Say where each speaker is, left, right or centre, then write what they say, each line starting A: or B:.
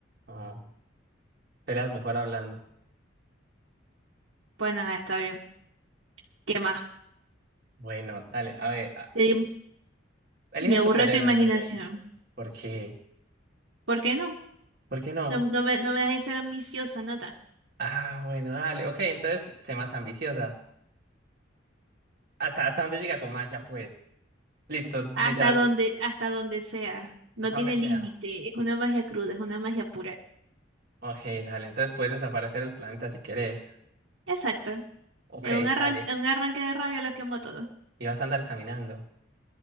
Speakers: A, on the right; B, on the right.
A: No, peleas mejor hablando.
B: Bueno, ajá, está bien. ¿Qué más?
A: Bueno, dale, a ver, a-
B: Te di-
A: elige
B: Me
A: un
B: aburre
A: superhéroe
B: tu imaginación.
A: más bien. ¿Por qué?
B: ¿Por qué no?
A: ¿Por qué no?
B: No, no me, no me dejáis ser ambiciosa, nada.
A: Ah, bueno, dale. Ok, entonces, sé más ambiciosa. ¿Hasta, hasta dónde llega tu magia, pues? Listo, literal,
B: Hasta donde, hasta donde sea. No
A: hasta
B: tiene
A: donde sea.
B: límite. Es una magia cruda, es una magia pura.
A: Ok, dale. Entonces puedes desaparecer el planeta si querés.
B: Exacto.
A: Ok,
B: En un arranque,
A: dale.
B: un arranque de rabia los quemo a todos.
A: Y vas a andar caminando.